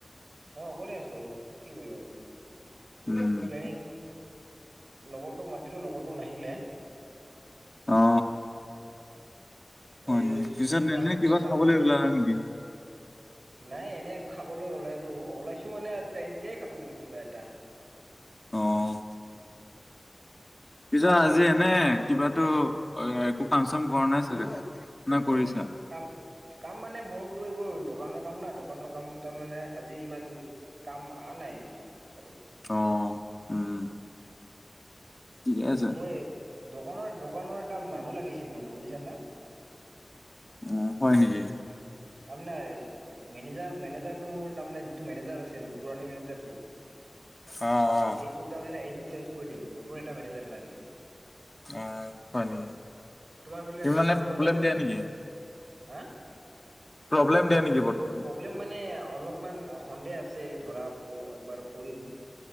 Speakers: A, on the right; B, on the left.
A: মই অকলে আছো কি কৰিম আৰু,
B: উম।
A: প্লেনিং লগৰটোক মাতিলো লগৰটো নাহিলে।
B: অ। হয়
A: এই
B: নেকি? পিছত
A: ছশাংক
B: এনে কিবা
A: ছশাং
B: খাবলৈ ওলালা নেকি?
A: নাই এনে খাবলৈ ওলালো ওলাইছো মানে তেতিয়াই খালো মই কিবা এটা।
B: অ', পিছে আজি এনে কিবাতো একো কাম চাম কৰা নাই চাগে, না কৰিছা?
A: কাম কাম মানে মোৰতো এইবোৰ দোকানৰ কাম না দোকানৰ কাম তাৰ মানে আজি ইমান কাম অহা নাই হাতত।
B: অ, উম। ঠিকে আছে।
A: মই দোকানৰ দোকানৰ এটা মানুহ লাগিছিল মোক বুজিছা না।
B: উম হয় নেকি?
A: উম কাম নাই। মেনেজাৰ মেনেজাৰ টো মোৰ তাৰ মানে যিটো মেনেজাৰ আছিল পুৰণি মেনেজাৰ টো
B: অ অহ।
A: এইটোক তাৰ মানে এইটোক চেঞ্জ কৰি দিম, নতুন এটা মেনেজাৰ লাগে।
B: অ হয় নেকি,
A: তোমাৰ ফালে
B: হিমানে
A: তোমাৰ
B: প্ৰব্লেম
A: তহঁতৰ ফালে
B: দিয়া নেকি?
A: হা?
B: প্ৰব্লেম দিয়ে নেকি বৰ?
A: প্ৰব্লেম মানে অলপমান সন্দেহ আছে ধৰা একবাৰ পৰিলোঁ।